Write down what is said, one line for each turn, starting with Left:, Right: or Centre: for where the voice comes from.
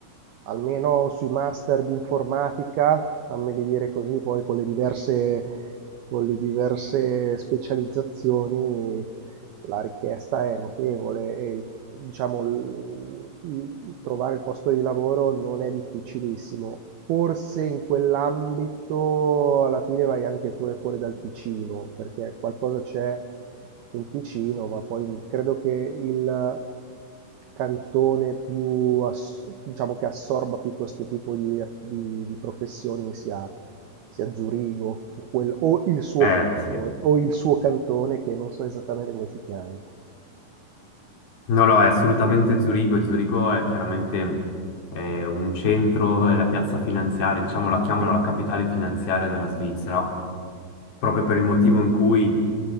Right: almeno sui master di informatica, fammeli dire così, poi con le diverse con le diverse specializzazioni la richiesta è notevole e il- diciamo il- il- trovare il posto di lavoro non è difficilissimo. Forse in quell'ambito alla fine vai anche pure fuori dal Ticino, perché qualcosa c'è in Ticino, ma poi credo che il cantone più ass- diciamo che assorba più questo tipo di, di- di professioni sia, sia Zurigo o, quel- o il suo
Left: Eh,
Right: cantone,
Left: sì.
Right: o il suo cantone che non so esattamente come si chiami.
Left: No, no, è assolutamente Zurigo. e Zurigo è chiaramente eh, un centro, è la piazza finanziaria, diciamo la chiamano
Right: <clears throat>
Left: la capitale finanziaria della Svizzera, proprio per il motivo in cui